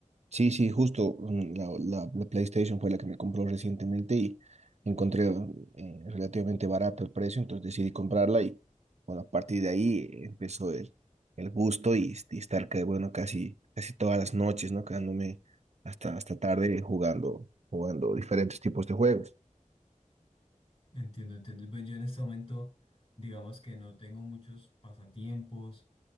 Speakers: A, on the right (about 55°); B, on the left (about 50°).
A: Sí, sí, justo mm, la, la, la PlayStation fue la que me compró recientemente y encontré eh, relativamente barato el precio, entonces decidí comprarla y bueno, a partir de ahí eh, empezó el, el gusto y, y estar que, bueno, casi, casi todas las noches, ¿no? Quedándome hasta, hasta tarde jugando, jugando diferentes tipos de juegos.
B: Entiendo, entiendo. Pues yo en este momento, digamos que no tengo muchos pasatiempos,